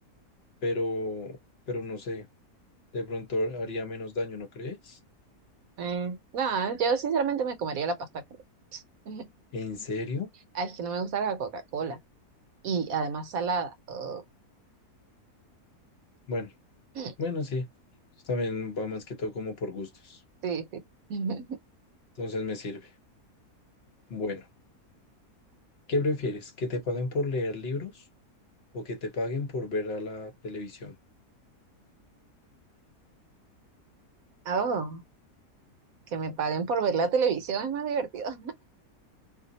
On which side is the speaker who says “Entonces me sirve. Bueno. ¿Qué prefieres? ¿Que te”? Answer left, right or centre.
Left